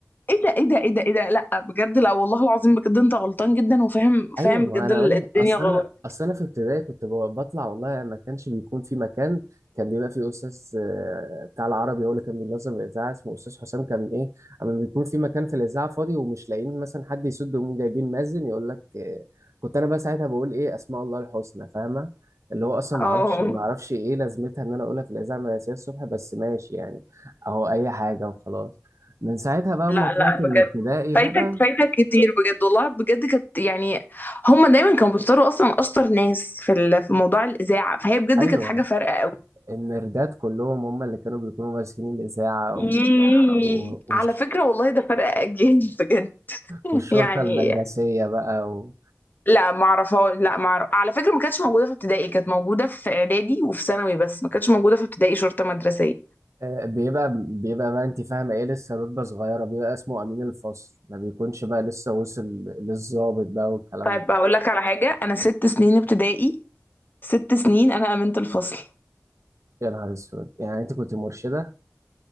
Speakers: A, on the left (about 40°); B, on the right (about 75°).
A: ايه ده ايه ده ايه ده ايه ده لا بجد لا والله العظيم بجد انت غلطان جدا وفاهم
B: ايوه
A: فاهم بجد
B: ما انا
A: ال-
B: اقول
A: الدنيا
B: لك اصل
A: غلط
B: انا اصل انا في ابتدائي كنت ب- بطلع والله ما كانش بيكون في مكان كان بيبقى في استاذ آه، بتاع العربي هو اللي كان بينظم الاذاعه اسمه استاذ حسام كان ايه اما بيكون في مكان في الاذاعه فاضي ومش لاقيين مثلا حد يسد ومين جايبين مأذن يقول لك آه، كنت انا بقى ساعتها بقول ايه اسماء الله الحسنى فاهمه اللي هو اصلا
A: اه
B: ما اعرفش ما اعرفش ايه لازمتها ان انا اقولها في الاذاعه المدرسيه الصبح بس ماشي يعني اهو اي حاجه وخلاص من ساعتها بقى
A: لا
B: ما طلعت
A: لا
B: من
A: بجد
B: ابتدائي
A: فايتك
B: بقى
A: فايتك كتير بجد والله بجد كانت يعني هم دايما كانوا بيختاروا اصلا اشطر ناس في ال- في موضوع الاذاعة فهي بجد
B: ايوه
A: كانت حاجة فارقة قوي
B: المردات كلهم هم اللي كانوا بيكونوا ماسكين الإذاعة
A: ياه.
B: و- و- والش-
A: على فكرة والله ده فرق اجيال <laughs> بجد
B: والشرطة
A: يعني
B: المدرسية بقى و...
A: لا ما اعرفها لا ما أعرف. على فكره ما كانتش موجوده في ابتدائي كانت موجوده في اعدادي وفي ثانوي بس ما كانتش موجوده في ابتدائي شرطه مدرسيه
B: آه، بيبقى بيبقى بقى انت فاهمة ايه لسه رتبة صغيرة بيبقى اسمه أمين الفصل ما بيكونش بقى لسه وصل للضابط بقى والكلام
A: طيب
B: ده.
A: هقول لك على حاجه انا ست سنين ابتدائي ست سنين انا امينه الفصل
B: يا نهار اسود يعني انت كنت مرشدة